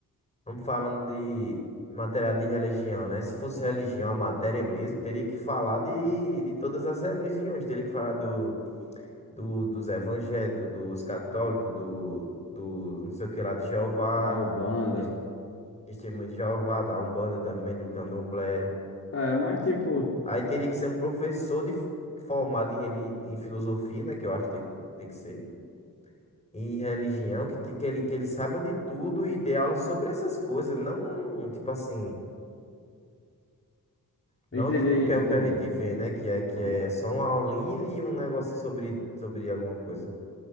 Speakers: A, on the left; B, on the left.
A: vamos falando de matéria de religião, né? Se fosse religião, a matéria mesmo, teria que falar de, de todas as religiões, teria que falar do, do, dos evangélicos, dos católicos, do, do não sei o que lá de Jeová,
B: Da Ubanda.
A: Tes- Testemunho de Jeová, da Umbanda também, do Candomblé.
B: É, mas tipo.
A: Aí teria que ser um professor de, formado em, reli- em filosofia, né? Que eu acho que tem, tem que ser. E em religião, que, te- que, ele, que ele saiba de tudo e dê aula sobre essas coisas. Não, tipo assim, não
B: Entendi,
A: tipo que é
B: entendi.
A: o que a gente vê, né? Que é, que
B: Pronto.
A: é só uma aulinha e um negocinho sobre, sobre alguma coisa.